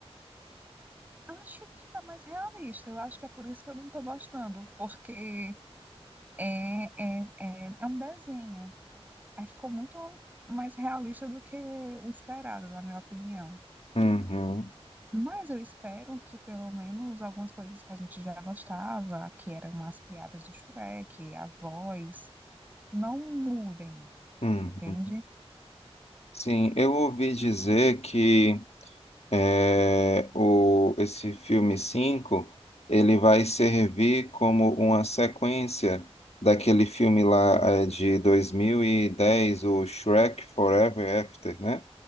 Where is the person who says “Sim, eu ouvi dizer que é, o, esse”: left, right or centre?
Left